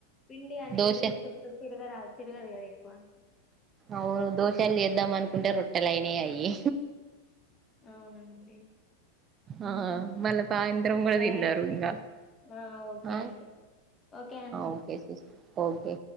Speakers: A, on the left (about 20°); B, on the right (about 25°).
A: పిండి అనేది
B: దోశ
A: చుట్టూ తిరగరా తిరగదు కదా ఎక్కువ
B: అవును దోశెలు చేద్దాం అనుకుంటే రొట్టెలయినయి అయ్యి
A: అవునండి
B: ఆ
A: ఉహు.
B: మళ్ళా సాయంత్రం కూడా
A: సరే
B: తిన్నారు ఇంగ
A: ఆ ఓకే
B: ఆ
A: అండి ఓకే అండి
B: ఓకే ఓకే